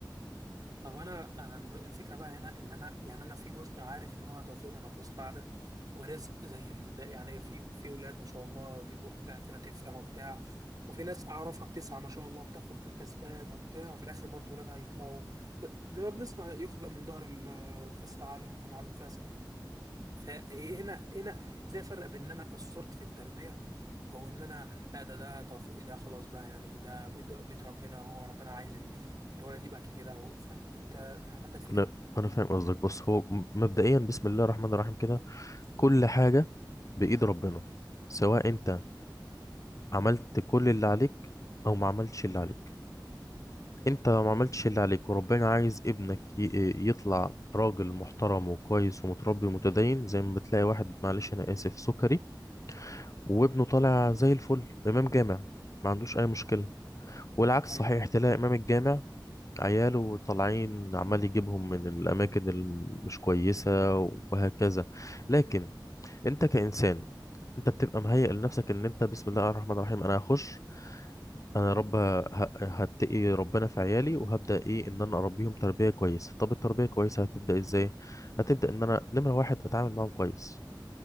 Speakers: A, on the right (about 55°); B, on the left (about 40°).
A: طب انا انا الم- الفكره بقى هنا ان انا يعني انا في جزء عارف ان هو توفيق من ربنا سبحانه وتعالى ورزق زي ال... يعني في في ولاد ما شاء الله بيبقوا حاجه كده تفرح وبتاع وفي ناس اعرفها بتسعى ما شاء الله بتاخد بالاسباب وبتاع وفي الاخر برضو ولادها يطلعوا زي ما بنسمع يخلق من ظهر الفاسد عالم ومن العالم فاسد فهنا هنا ازاي افرق بين ان انا قصرت في التربيه او ان انا لا ده ده طف... ده خلاص بقى يعني ده بيد بيد ربنا هو ربنا عايز ال- الولد يبقى كده أو... فانت عندك فكره
B: لا انا فاهم قصدك بص هو م- مبدئيا بسم الله الرحمن الرحيم كده كل حاجة بإيد ربنا سواء أنت عملت كل اللي عليك أو ما عملتش اللي عليك أنت لو ما عملتش اللي عليك وربنا عايز ابنك ي- يطلع راجل محترم وكويس ومتربي ومتدين زي ما بتلاقي واحد معلش أنا آسف سكري وابنه طالع زي الفل إمام جامع ما عندوش أي مشكلة والعكس
A: طيب
B: صحيح تلاقي إمام الجامع عياله طالعين عمال يجيبهم من الأماكن المش كويسة وهكذا لكن انت كإنسان انت بتبقى مهيئ لنفسك ان انت بسم الله الرحمن الرحيم انا هخش انا يا رب ه- هتقي ربنا في عيالي وهبدا ايه ان انا اربيهم تربيه كويسه طب التربيه كويسه هتبدا ازاي هتبدا ان انا نمره واحد اتعامل معاهم كويس